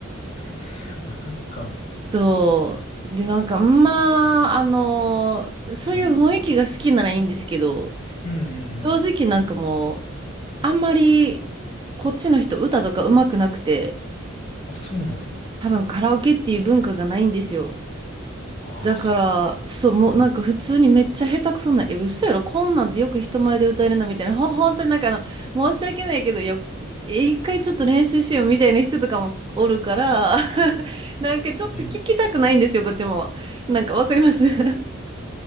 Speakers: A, on the left; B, on the right.
A: <laughs> あ、そっか。
B: そう。で、なんか、まあ、あのーそういう雰囲気が好きならいいんですけど、
A: うんうん。うんうんうんうん
B: 正直なんかもう、あんまり、こっちの人歌とか上手くなくて、
A: あ、そうなんや。
B: 多分カラオケっていう文化がないんですよ。
A: ああ、
B: だから、
A: そっか。
B: そう、もうなんか普通にめっちゃ下手くそな、
A: うん。
B: え、嘘やろ、こんなんでよく人前で歌えるなみたいな、ほ、本当になんかあの、申し訳ないけど、よ、え一回ちょっと練習しようみたいな人とかもおるから、<laughs> なんかちょっと聞きたくないんですよ、
A: うん。
B: こっちも。なんかわかります <laughs>